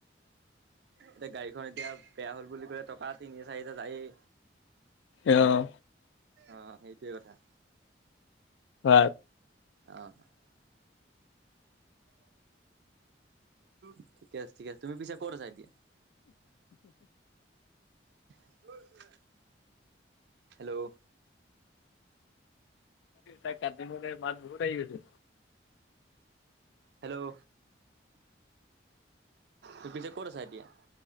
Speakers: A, on the right; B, on the left.
A: এতিয়া গাড়ীখন এতিয়া বেয়া হল বুলি কলে, টকা তিনি হাজাৰ চাৰি হেজাৰ যায়েই।
B: অঁ।
A: অঁ, সেইটোৱে কথা।
B: হয়।
A: অহ <unintelligible> ঠিকে আছে, ঠিক আছে। তুমি পিছে ক'ত আছা এতিয়া? <unintelligible> হেল্ল'।
B: <inaudible> কাটিবলে মাত বহুত আহি গৈছে।
A: হেল্ল'। তোৰ পিছে ক'ত আছা এতিয়া?